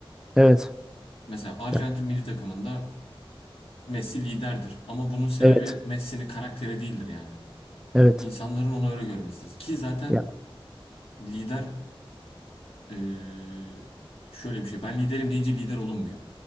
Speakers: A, in the centre; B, on the left (about 80°).
A: Evet.
B: Mesela Arjantin
A: Ya,
B: milli takımında Messi liderdir. Ama bunun sebebi
A: evet.
B: Messi'nin karakteri değildir yani.
A: Evet.
B: İnsanların onu öyle görmesidir. Ki zaten
A: Ya
B: lider eee, şöyle bir şey. Ben liderim deyince lider olunmuyor.